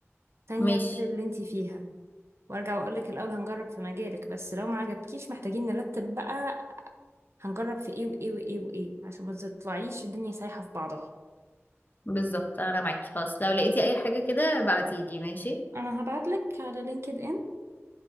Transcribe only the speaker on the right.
تانية
غير اللي انتي فيها وارجع واقول لك الاول هنجرب في مجالك بس لو ما عجبكيش محتاجين نرتب بقى هنجرب في ايه وايه وايه وايه عشان ما تطلعيش الدنيا سايحة في بعضها
انا هبعت لك على لينكد ان